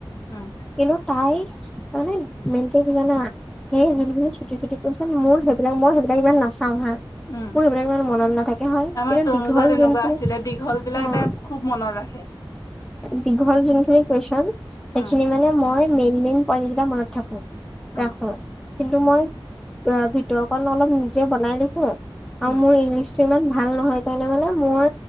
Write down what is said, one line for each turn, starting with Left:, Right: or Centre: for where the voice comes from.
Left: উম
Centre: কিন্তু তাই তাৰ মানে মেইনটো কি জানা সেই যোনখিনি চুটি চুটি কোৱেচন মোৰ সেইবিলাক মই সেইবিলাক ইমান নাচাও হা
Left: উম
Centre: মোৰ সেইবিলাক ইমান মনত নাথাকে হয়
Left: আমাৰ
Centre: কিন্তু
Left: তনুজা
Centre: দীঘল
Left: তেনেকুৱা
Centre: যোনখিনি
Left: আছিলে দীঘল বিলাক
Centre: অহ
Left: তাই খুব মনত ৰাখে
Centre: দীঘল যোনখিনি কুৱেশ্যন সেইখিনি
Left: উম
Centre: মানে মই মেইন মেইন পইন্ট কেইটা মনত থাকো
Left: উম
Centre: ৰাখো কিন্তু মই ভিতৰ অকণ অলপ নিজে বনাই লিখো আৰু
Left: উম
Centre: মোৰ ইংলিছটো ইমান ভাল নহয় কাৰণে মানে মোৰ